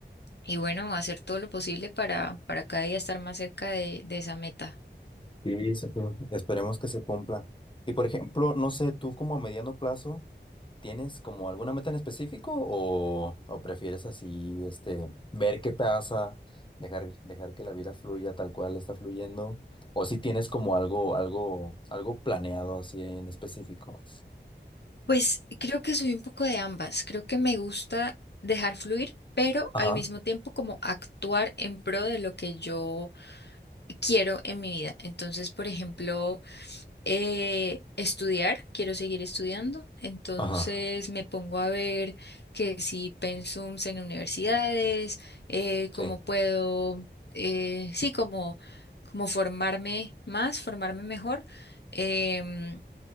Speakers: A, on the left (about 65°); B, on the left (about 25°).
A: y bueno, hacer todo lo posible para, para cada día estar más cerca de, de esa meta.
B: Sí, sí, sí. Esperemos que se cumpla. Y por ejemplo, no sé, tú como a mediano plazo. ¿Tienes como alguna meta en específico o, o prefieres así, este, ver qué pasa, dejar, dejar que la vida fluya tal cual está fluyendo? ¿O si tienes como algo, algo, algo planeado así en específico?
A: Pues creo que soy un poco de ambas. Creo que me gusta dejar fluir, pero
B: Ajá,
A: al mismo tiempo como actuar en pro de lo que yo quiero en mi vida. Entonces, por ejemplo, eh, estudiar, quiero seguir estudiando, entonces
B: ajá.
A: me pongo a ver que si pensums en universidades, eh,
B: Sí.
A: cómo puedo, eh, sí, como, como formarme más, formarme mejor. em,